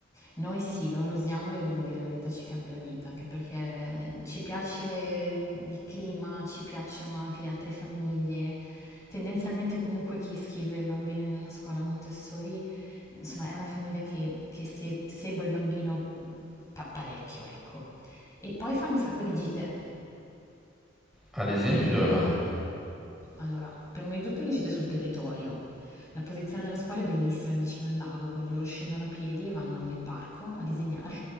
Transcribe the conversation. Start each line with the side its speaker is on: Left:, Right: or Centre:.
Left: Noi sì, lo usiamo e devo dire la verità, ci cambia la vita, anche perché ci piace il clima, ci piacciono anche le altre famiglie. Tendenzialmente comunque chi scrive il bambino in una scuola Montessori, insomma, è una famiglia che, che se- segue il bambino pa- parecchio, ecco. E poi fanno un sacco di gite.
Centre: Ad esempio dove vanno?
Left: Allora, prima di tutto riuscite sul territorio. La posizione della scuola è bellissima, è vicino al lago, quindi loro scendono a piedi e vanno nel parco a disegnare.